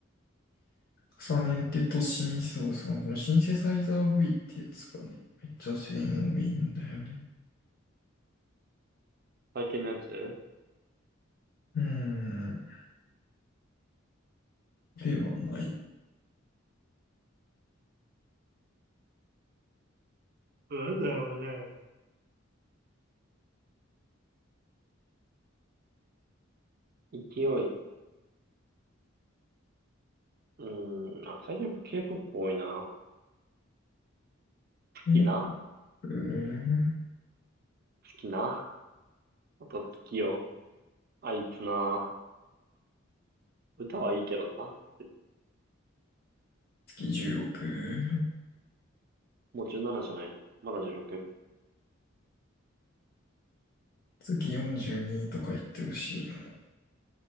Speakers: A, on the left (about 50°); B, on the right (about 45°).
A: 重ねてとシンセオさん、このシンセサイザー V ってやつがね、めっちゃ性能いいんだよね。
B: 最近のやつ
A: うーん、ではない。
B: なんだよね。勢い。うん。あ、最近やっぱ K-POP 多いな。好
A: え、
B: きな
A: うー
B: 好きなあと月よ。あいつな。歌はいいけどな。
A: 月16、
B: もう17じゃないの。まだ16。
A: 月42とか言ってほしいよな。